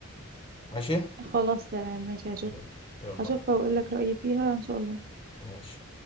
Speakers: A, on the left; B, on the right.
A: ماشي
B: خلاص تمام ماشي هشوف
A: يلا يلا
B: هشوفها
A: بقى.
B: وأقول لك رأيي فيها إن شاء الله
A: ماشي